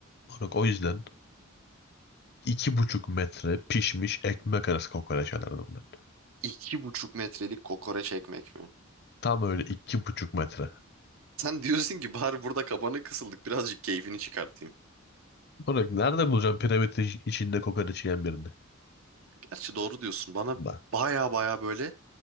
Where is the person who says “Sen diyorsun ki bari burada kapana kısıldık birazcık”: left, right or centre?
Right